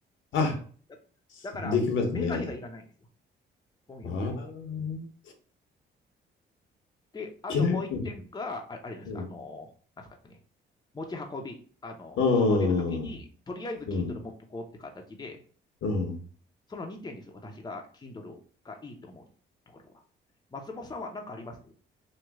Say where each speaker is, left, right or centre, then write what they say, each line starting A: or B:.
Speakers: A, on the left; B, on the left.
A: あ、
B: だ、だから、
A: できますね。
B: メガネがいらないんですよ。本読むときに。
A: ああ、
B: で、あともう一点が、
A: ちなみに、
B: ああれなんですよ、
A: うん、
B: あの、なんですかね、持ち運び。あの、
A: うん、
B: 外出るときに、
A: うん、
B: とりあえず Kindle
A: うん。
B: 持っとこうって形で、
A: うん
B: その2点ですよ、私が Kindle がいいと思うところは。松本さんは何かあります